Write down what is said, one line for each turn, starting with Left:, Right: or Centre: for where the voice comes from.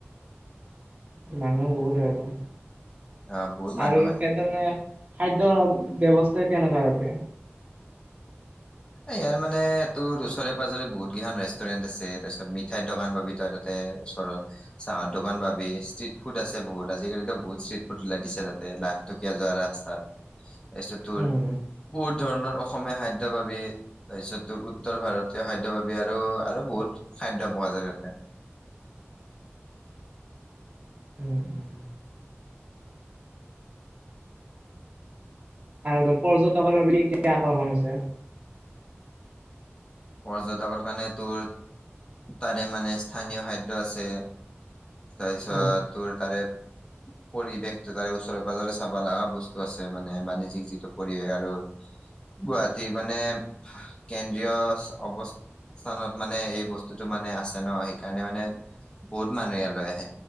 Right: মানুহ বহুতে হয় অ,
Left: আহ বহুত মানুহ
Right: আৰু-
Left: হয়।
Right: তেনেকে খাদ্যয়ৰ ব্যৱস্থা কেনেকুৱা তাতে?
Left: ইয়াৰ মানে এই তোৰ ওচৰে পাজৰে বহুত কেইখন ৰেষ্টুৰেণ্ট আছে তাৰপিছত মিঠাইৰ দোকান পাবি তই তাতে- ওচৰত। চাহৰ দোকান পাবি ষ্ট্ৰিট ফুড আছে বহুত আজিকালিতো বহুত ষ্ট্ৰীট ফুড ওলাই দিছে তাতে লাখ- টকিয়া যোৱা ৰাস্তাত, তাৰপিছত তোৰ
Right: উম।
Left: বহুত ধৰণৰ অসমীয়া খাদ্য পাবি। তাৰপিছত উত্তৰ ভাৰতীয় খাদ্যৰ পাবি আৰু আৰু বহুত খাদ্য পোৱা যায় তাতে।
Right: উম উম। আৰু ধৰ পৰ্য্যটকৰ বাবে কি কি আকৰ্ষণ আছে?
Left: পৰ্য্যটকৰ কাৰণে তোৰ, তাৰে মানে স্থানীয় খাদ্য আছে। তাৰপিছত
Right: উম
Left: তোৰ তাৰে-
Right: <inaudible>
Left: পৰিৱেশটো তাৰে ওচৰে পাজৰে চাব লগা বস্তু আছে মানে বাণিজ্যিক যিটো পৰিৱেশ আৰু- গুৱাহাটী মানে, কেন্দ্ৰীয়- অৱস্থানত মানে এই বস্তুটো মানে আছে ন সেইকাৰণে মানে- বহুত মানুহে লৈ আহে।